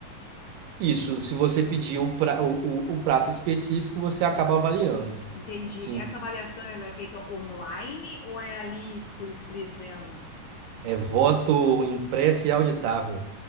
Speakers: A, on the right; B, on the left.
A: Isso, se você pedir o, pra- o, o- o prato específico, você acaba avaliando.
B: Entendi.
A: Sim.
B: Essa avaliação, ela é feita online ou é ali por escrito mesmo?
A: É voto impresso e auditável.